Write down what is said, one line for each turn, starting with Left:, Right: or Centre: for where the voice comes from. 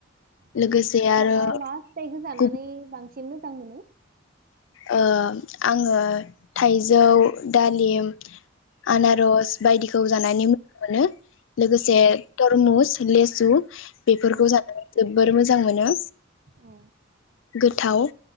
Right: नोंथाङा
Left: लोगोसे आरो
Right: मा फिथाइ खो जानानै
Left: गुबुन
Right: बांसिन मोजां मोनो
Left: ओ आङो थाइजौ दालिम
Right: औ
Left: आनारस बायदिखौ जानानै मोजां मोनो लोगोसे तरमुस लेसु बेफोरखौ
Right: औ
Left: जानानै जोबोर मोजां मोनो
Right: औ
Left: गोथाव